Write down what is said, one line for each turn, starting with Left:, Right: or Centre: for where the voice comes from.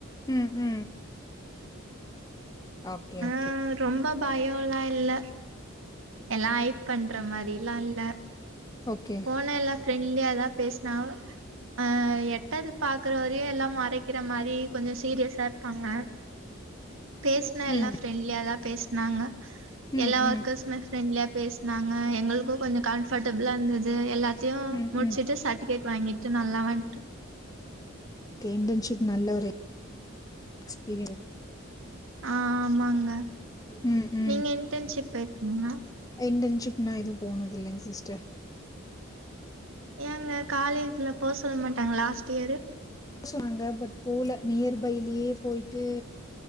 Left: ம் ம் ஓகே ஓ
Right: ஆ ரொம்ப பயோலா இல்ல எல்லா ஐப் பண்ற மாரிலா இல்ல
Left: ஓகே
Right: போனா எல்லா ஃப்ரெண்ட்லியாாதா பேசனாஹ அ அ எட்டது பாக்குற வரையு எல்லா முறைக்கிற மாரி கொஞ்சோ சீரியஸா இருக்காங்க
Left: <inaudible>
Right: பேசனா எல்லா
Left: ம்
Right: ப்ரெண்ட்லியா தா பேசுனாங்க
Left: ம்
Right: எல்லா
Left: ம்
Right: ஒர்க்கர்ஸுமே ஃப்ரெண்ட்லியா பேசு நாங்க எங்களுக்கு கொஞ்ஜோ கம்ஃபர்டபிளா இருந்தது எல்லாத்தையு
Left: ம்
Right: முடிச்சுட்டு
Left: ம்
Right: சர்டிபிகேட் வாங்கிட்டு நல்லா வந்ட்டோ
Left: இன்டன்ஷிப் நல்ல ஒரு எக்ஸ்பீ
Right: ஆ ஆமாங்க
Left: ம் ம்
Right: நீங்க இன்டர்ன்ஷிப் போயிருக்கீங்களா
Left: இன்டன்ஷிப் நா எதுவு போனது இல்லைங்க சிஸ்டர்
Right: ஏங்க காலேஜ்ல போ சொல்ல மாட்டாங்க லாஸ்ட் இயரு
Left: சொன்னாங்க பட் போல நியர்பைலயே போய்ட்டு